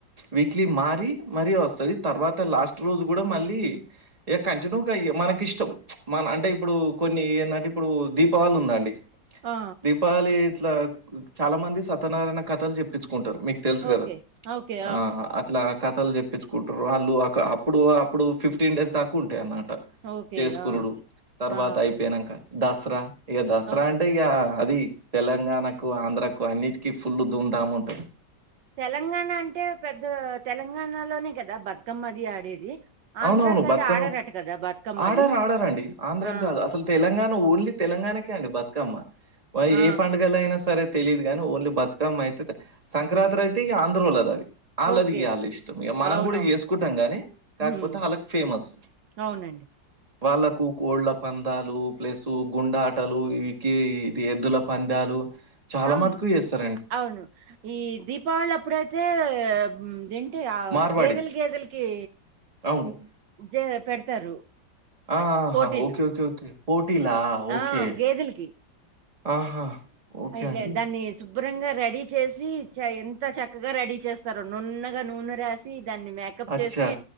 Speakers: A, on the right; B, on the right.
A: వీక్లీ మారి మరి వస్తాది తర్వాత లాస్ట్ రోజు కూడా మళ్ళీ ఇగ కంటిన్యూ మనకి ఇష్టం మన అంటే ఇప్పుడు కొన్ని ఏంటంటే ఇప్పుడు దీపావళి ఉంద అండి
B: ఆ
A: దీపావళి ఇట్లా చాలా మంది సత్యనారాయణ కథలు చెప్పించుకుంటారు మీకు తెలుసు
B: ఓకే.
A: కదా
B: ఓకే.
A: ఆ అట్లా కథలు చెప్పించుకుంటారు. వాళ్ళు ఒక అప్పుడు అప్పుడు ఫిఫ్టీన్ డేస్ దాక ఉంటాయి అన్నమాట.
B: ఓకే.
A: చేసుకొనుడు
B: ఆ!
A: తర్వాత
B: ఆ!
A: అయిపోయినాక దసరా ఇగ దసరా
B: ఓకే.
A: అంటే ఇగ అది తెలంగాణకు, ఆంధ్రాకు అన్నిటికీ ఫుల్లు ధూమ్ ధాం ఉంటాది.
B: తెలంగాణ అంటే పెద్ద తెలంగాణలోనే కదా బతుకమ్మ అది ఆడేది. ఆంధ్ర
A: అవునవును
B: సైడ్
A: బతుకమ్మ
B: ఆడరట కదా! బతుకమ్మది.
A: ఆడర్ ఆడరాండి ఆంధ్రాకి
B: ఆ!
A: కాదు అసల్. తెలంగాణ ఓన్లీ తెలంగాణకే అండి బతుకమ్మ
B: ఆ!
A: ఏ పండుగల కైఅయినా సరే. తెలియదు కాని ఓన్లీ బతుకమ్మ అయితే సంక్రాంతి అయితే ఈ ఆంధ్రలో దది. వాళ్ళది
B: ఓకే.
A: చాల ఇష్టం ఇ మనం
B: అవునవును.
A: కూడా చేసుకుంటాం గాని. కాకపోతే
B: హ్మ్.
A: వాళ్ళకి ఫేమస్.
B: అవునండి.
A: వాళ్ళలకు కోళ్ళ పందాలు ప్లస్ గుండాటలు ఇకి ఎద్దుల. పందాలు చాలా
B: అవును.
A: మటుకు చేస్తారు.
B: అవును ఈ దీపావళి అప్పుడైతే. దేన్టే ఆ
A: మార్వాడీస్.
B: గేదెల గేదెలకి.
A: అవును.
B: జె పెడతారు.
A: ఆహా
B: పోటీలు
A: ఓకే ఓకే ఓకే పోటీలా. ఓకే.
B: ఆ గేదెలకి.
A: ఆహా. ఓకే
B: అట్లే
A: అండి.
B: దాన్ని. శుభ్రంగా రెడీ చేసి చ ఎంత చక్కగా రెడీ చేస్తారో నున్నగా నూనె రాసి దాన్ని మ్యాక్. ప్
A: అచ్చా!
B: చేసి